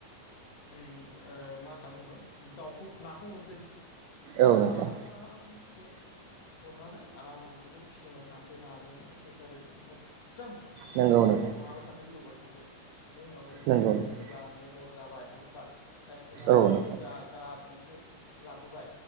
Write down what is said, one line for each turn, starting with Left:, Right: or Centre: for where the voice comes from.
Left: उम्म मा होनना बुङो दाउखौ नाखौ हरसै।
Right: औ
Left: खौ
Right: नोंथां
Left: आरामसे हरनानै आरामसेखौ फिदिंबाय थानोसै नाजों एखेबारे मो जां
Right: नंगौ
Left: गोदौ होबाय
Right: नोंथां
Left: माबाय थानोसै गोदौ होबाय थानोसै बिनि उनाव जोङो
Right: नंगौ नोंथां
Left: जेब्ला महर ज जाबाय नङा होनबा साइस गोनां
Right: औ नोंथां
Left: गोजा गाब मोनसे लाबोबाय।